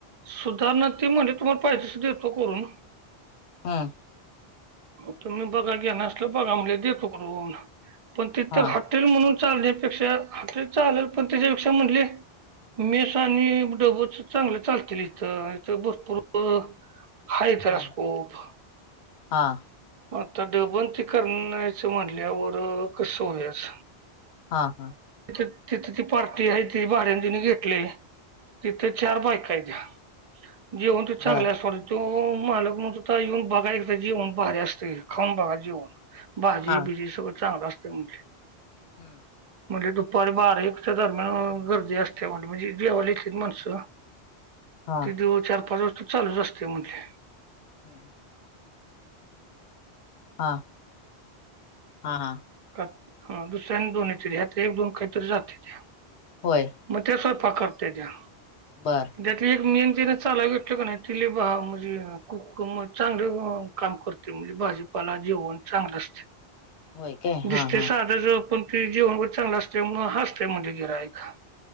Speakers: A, on the right; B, on the left.
A: सुधारणा ती म्हणजे तुम्हाला पाहिजेच देतो करून
B: हम
A: हो तुम्ही बघा घ्या नसल बघा म्ह देतो कर पण तिथात
B: हा
A: हॉटेल म्हणून चाल त्यापेक्षा हॉटेल चालेल पण त्याच्यापेक्षा म्हटले मेस आणि डबूच चांगलं चालतं. इथ इथ ब पूर हाय तेला
B: हा
A: स्कोप
B: हा
A: मग आता डबनती करण्यायचं म्हणल्यावर कस होयाचं
B: हां हां
A: तिथ तिथे ती पार्टी आहे त भाड्याने घेतली. तिथे चार बायका आहेत. जेवण ते चांगले
B: बर
A: असत त मालक म्हण त येऊन बघा एकदा जेवण भारी असत. ते खाऊन बघा जेवन भाजी
B: हा
A: बिजी सगळं चांगलं असते म्हटले.
B: हम्म,
A: म्हणले दुपारी बार एकच्या दरम्यान गर्दी असते म्हणल म्हणजे जेवायला येतेथे माणसं.
B: हा
A: ते दिव चार पाच वाजता चालूच असते म्हजले.
B: हम, ''हां ''हां ''हां''
A: हा हा, दुसऱ्यानी दोन येतत एक दोन काहीतरी जात्यात त्या.
B: होय,
A: म त्या स्वयंपाक करते त्या.
B: बर
A: त्यातली एक मेन जीनस चालाव घेतली का नाही तिले बा म्हणजे कुक म चांगलं. काम करते म्हणजे भाजीपाला जेवण चांगलं असते.
B: होय काय
A: दिसते
B: हा हा
A: साधा ज पण ते जेवण वगैर चांगलं असते असतेय म्हणले गिह्राईक.